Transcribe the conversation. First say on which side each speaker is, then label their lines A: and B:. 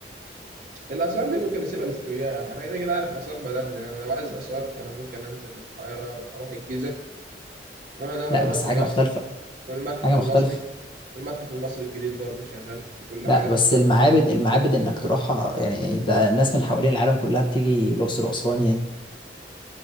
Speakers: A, on the right; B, on the left.
A: الآثار دي ممكن نسيبها للسياح أنا كده كده عارف آثار بلدنا يعني لو عايز آثار فأنا ممكن أنزل القاهرة أروح الجيزة والأهرامات
B: لا بس
A: هناك
B: حاجة مختلفة
A: والمتحف
B: حاجة
A: المصري
B: مختلفة
A: المتحف المصري الجديد برضه شغال في كل
B: لا
A: حاجة
B: بس المعابد المعابد إنك تروحها يعني ده الناس من حوالين العالم كلها بتيجي الأقصر وأسوان يعني